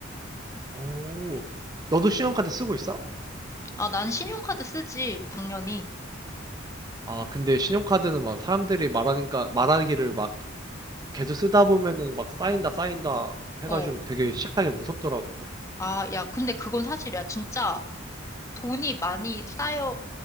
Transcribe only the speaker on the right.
오, 너도 신용카드 쓰고 있어?
아, 근데 신용카드는 막 사람들이 말하니까, 말하기를 막 계속 쓰다 보면은 막 쌓인다, 쌓인다 해가지고
되게 시작하기가 무섭더라고.